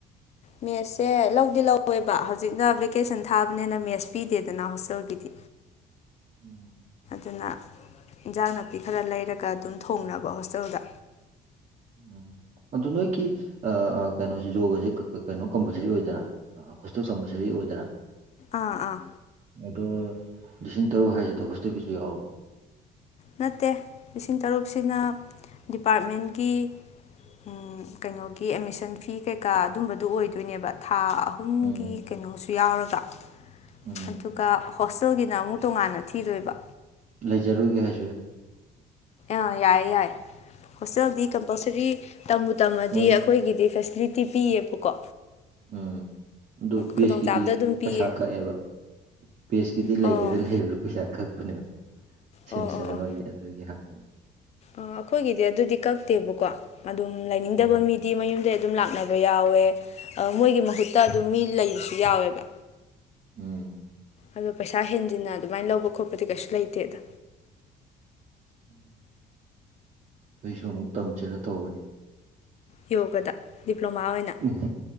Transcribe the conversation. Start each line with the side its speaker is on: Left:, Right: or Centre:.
Left: ꯃꯦꯁꯁꯦ ꯂꯧꯗꯤ ꯂꯧꯋꯦꯕ ꯍꯧꯖꯤꯛꯅ ꯕꯦꯀꯦꯁꯟ ꯊꯥꯕꯅꯤꯅ ꯃꯦꯁ ꯄꯤꯗꯦꯗꯅ ꯍꯣꯁꯇꯦꯜꯒꯤꯗꯤ
Right: ꯎꯝ
Left: ꯑꯗꯨꯅ ꯏꯟꯖꯥꯡ ꯅꯥꯄꯤ ꯈꯔ ꯂꯩꯔꯒ ꯑꯗꯨꯝ ꯊꯣꯡꯅꯕ ꯍꯣꯁꯇꯦꯜꯗ
Right: ꯎꯝ ꯑꯗꯨ ꯅꯣꯏꯒꯤ ꯑ ꯑ ꯀꯩꯅꯣꯁꯤꯖꯨ ꯍꯧꯖꯤꯛ ꯀ ꯀ ꯀꯩꯅꯣ ꯀꯝꯄꯜꯁꯔꯤ ꯑꯣꯏꯗꯣꯏꯔ ꯑꯥ ꯍꯣꯁꯇꯦꯜ ꯀꯝꯄꯜꯁꯔꯤ ꯑꯣꯏꯗꯅ
Left: ꯑꯥ ꯑꯥ
Right: ꯑꯗꯣ ꯂꯤꯁꯤꯡ ꯇꯔꯨꯛ ꯍꯥꯏꯁꯤꯗ ꯍꯣꯁꯇꯦꯜꯒꯤꯁꯨ ꯌꯥꯎꯔꯕꯣ
Left: ꯅꯠꯇꯦ ꯂꯤꯁꯤꯡ ꯇꯔꯨꯛꯁꯤꯅ ꯗꯤꯄꯥꯔꯠꯃꯦꯟꯒꯤ ꯎꯝ ꯀꯩꯅꯣꯒꯤ ꯑꯦꯠꯃꯤꯁꯟ ꯐꯤ ꯀꯩꯀꯥ ꯑꯗꯨꯝꯕꯗꯨ ꯑꯣꯏꯗꯣꯏꯅꯦꯕ ꯊꯥ ꯑꯍꯨꯝꯒꯤ
Right: ꯎꯝ
Left: ꯀꯩꯅꯣꯁꯨ ꯌꯥꯎꯔꯒ
Right: ꯎꯝ
Left: ꯑꯗꯨꯒ ꯍꯣꯁꯇꯦꯜꯒꯤꯅ ꯑꯃꯨꯛ ꯇꯣꯉꯥꯟꯅ ꯊꯤꯗꯣꯏꯕ
Right: ꯂꯩꯖꯔꯨꯒꯦ ꯍꯥꯏ
Left: ꯑ ꯌꯥꯏ ꯌꯥꯏ ꯍꯣꯁꯇꯦꯜꯗꯤ ꯀꯝꯄꯜꯁꯔꯤ ꯇꯝꯕꯨ ꯇꯝꯃꯗꯤ
Right: ꯃꯣꯏ
Left: ꯑꯩꯈꯣꯏꯒꯤꯗꯤ ꯐꯦꯁꯤꯂꯤꯇꯤ ꯄꯤꯌꯦꯕꯀꯣ
Right: ꯎꯝ ꯑꯗꯨ ꯄꯦꯁꯀꯤꯗꯤ
Left: ꯈꯨꯗꯣꯡꯆꯥꯕꯗꯣ ꯑꯗꯨꯝ
Right: ꯄꯩꯁꯥ
Left: ꯄꯤꯌꯦ
Right: ꯀꯛꯑꯦꯕ ꯄꯦꯁꯀꯤꯗꯤ ꯂꯩꯒꯦꯔꯥ
Left: ꯑꯣ
Right: ꯂꯩ ꯄꯩꯁꯥ ꯀꯛꯄꯅꯦꯕ ꯁꯦꯃꯤꯁꯇꯔ
Left: ꯑꯣ ꯑꯣ
Right: ꯑꯃꯒꯤ
Left: ꯑꯣ
Right: ꯑꯗꯨꯒꯤ ꯍꯪꯕꯅꯦ
Left: ꯑꯩꯈꯣꯏꯒꯤꯗꯤ ꯑꯗꯨꯗꯤ ꯀꯛꯇꯦꯕꯀꯣ ꯑꯗꯨꯝ ꯂꯩꯅꯤꯡꯗꯕ
Right: ꯎꯝ
Left: ꯃꯤꯗꯤ ꯃꯌꯨꯝꯗ ꯑꯗꯨꯝ ꯂꯥꯛꯅꯕ ꯌꯥꯎꯋꯦ ꯃꯣꯏꯒꯤ ꯃꯍꯨꯠꯇ ꯑꯗꯨꯝ ꯃꯤ ꯂꯩꯕꯁꯨ ꯌꯥꯎꯋꯦꯕ
Right: ꯎꯝ
Left: ꯑꯗꯣ ꯄꯩꯁꯥ ꯍꯦꯟꯖꯤꯟꯅ ꯑꯗꯨꯃꯥꯏꯅ ꯂꯧꯕ ꯈꯣꯠꯄꯗꯤ ꯀꯩꯁꯨ ꯂꯩꯇꯦꯗ
Right: ꯎꯝ ꯑꯩꯁꯨ ꯑꯃꯨꯛ ꯇꯝꯁꯤꯔ ꯇꯧꯕꯅꯤ
Left: ꯌꯣꯒꯗ ꯗꯤꯄ꯭ꯂꯣꯃꯥ ꯑꯣꯏꯅ
Right: ꯎꯝ